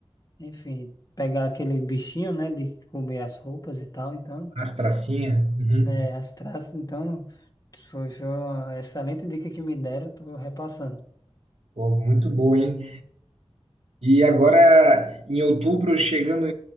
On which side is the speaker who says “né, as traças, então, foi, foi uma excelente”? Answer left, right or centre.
Left